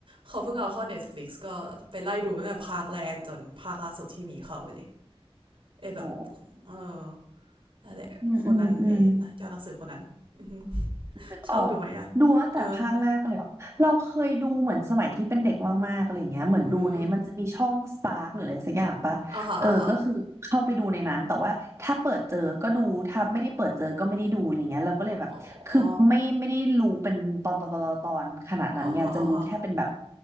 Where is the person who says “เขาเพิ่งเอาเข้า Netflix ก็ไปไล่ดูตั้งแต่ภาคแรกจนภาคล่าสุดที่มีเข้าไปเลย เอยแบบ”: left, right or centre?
Right